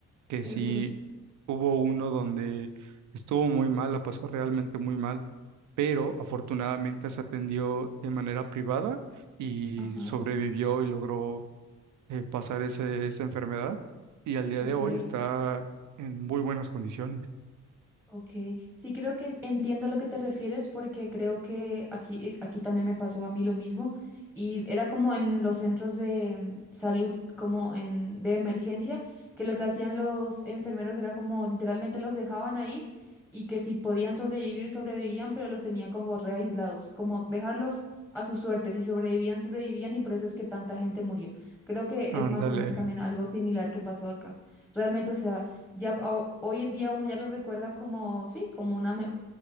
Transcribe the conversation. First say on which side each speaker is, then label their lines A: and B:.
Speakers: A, on the right; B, in the centre.
A: que
B: qué
A: sí
B: duro.
A: hubo uno donde estuvo muy mal, la pasó realmente muy mal, pero afortunadamente se atendió de manera privada y
B: Ajá,
A: sobrevivió y logró eh, pasar ese- esa enfermedad y al día
B: ok.
A: de hoy está en muy buenas condiciones.
B: Ok, sí creo que entiendo a lo que te refieres porque creo que aquí, eh, aquí también me pasó a mí lo mismo y era como en los centros de mm, salud como en de emergencia que lo que hacían los enfermeros era como literalmente los dejaban ahí y que si podían sobrevivir sobrevivían pero los tenía como re aislados, como dejarlos a su suerte, si sobrevivían sobrevivían y por eso es que tanta gente murió. Creo que
A: Ándale.
B: es más o menos también algo similar que pasó acá. Realmente, o sea... Ya ho- hoy en día uno ya lo recuerda como, sí, como una me-